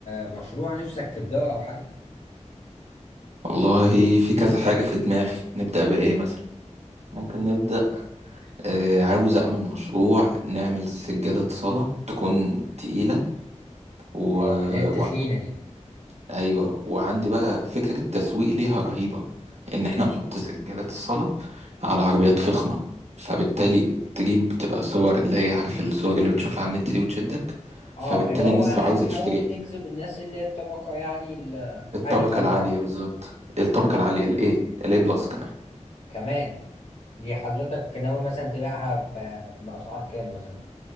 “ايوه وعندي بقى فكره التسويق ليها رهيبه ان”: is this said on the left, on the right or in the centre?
Right